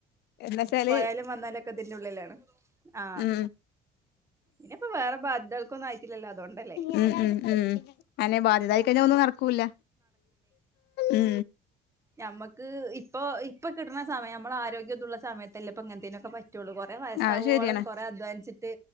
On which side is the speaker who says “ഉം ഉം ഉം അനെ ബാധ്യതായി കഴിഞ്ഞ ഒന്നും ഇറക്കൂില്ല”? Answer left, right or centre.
Left